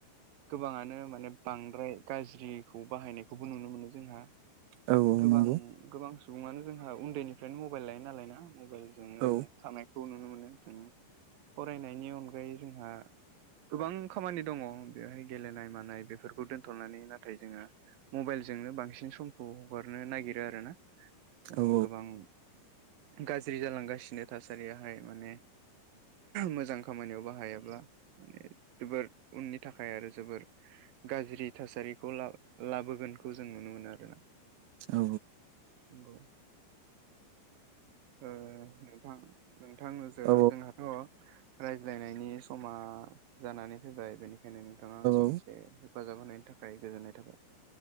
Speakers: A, on the right (about 60°); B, on the right (about 80°).
A: गोबाङानो माने बांद्राय गाज्रिखौ बाहायनायखौबो नुनो मोनो जोंहा
B: औ औ
A: गोबां
B: नंगौ
A: गोबां सुबुङानो जोंहा उन्दैनिफ्रायनो मबाइल लायो नालाय ना मबाइलजोंनो
B: औ
A: थानायखौ नुनो मोनो जोङो फरायनायनि अनगायै जोंहा गोबां खामानि दङ बेवहाय गेलेनाय मानाय बेफोरखौ दोन्थ'नानै नाथाय जोङो मबाइलजोंनो बांसिन समखौ हगारनो नागिरो आरो ना जोङो
B: औ
A: गोबां गाज्रि जालांगासिनो थासारियाहाय माने मोजां खामानियाव बाहायाब्ला माने जोबोर उननि थाखाय आरो जोबोर गाज्रि थासारिखौ ला लाबोगोनखौ जों नुनो मोनो आरोना
B: औ
A: नंगौ ओ नोंथां नोंथां जे
B: औ
A: जोंहाथ' रायज्लायनायनि समा जानानै फैबाय बेनिखायनो नोंथाङा आंजों
B: औ
A: एसे हेफाजाब होनायनि थाखाय गोजोननाय थाबाय